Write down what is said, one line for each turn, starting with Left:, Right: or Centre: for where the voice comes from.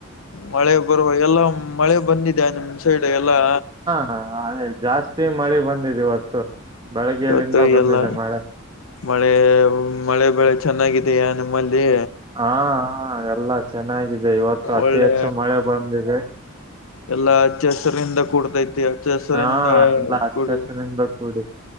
Left: ಮಳೆ ಬರುವ ಎಲ್ಲ ಮಳೆ ಬಂದಿದ್ಯಾ ನಿಮ್ ಸೈಡ್ ಎಲ್ಲಾ.
Right: ಹಾ ಹಾಗೆ ಜಾಸ್ತಿ ಮಳೆ ಬಂದಿದೆ ಇವತ್ತು ಬೆಳಗ್ಗೆಯಿಂದ
Left: ಇವತ್ತು
Right: ಬಂದಿದೆ
Left: ಎಲ್ಲ
Right: ಮಳೆ.
Left: ಮಳೆ ಮಳೆ ಬೆಳೆ ಚೆನ್ನಾಗಿದೆಯ ನಿಮ್ಮಲ್ಲಿ.
Right: ಹಾ ಹಾ ಎಲ್ಲ ಚೆನ್ನಾಗಿದೆ ಇವತ್ತು ಅತಿ
Left: ಒಳ್ಳೆ
Right: ಹೆಚ್ಚು ಮಳೆ ಬಂದಿದೆ.
Left: ಎಲ್ಲಾ ಹಚ್ಚ ಹಸರಿಂದ ಕೂಡ್ತೈತಿ ಹಚ್ಚ ಹಸರಿಂದ
Right: ಹಾ ಎಲ್ಲಾ ಹಚ್ಚ
Left: ಕುಡಿ
Right: ಹಸಿರಿನಿಂದ ಕೂಡಿ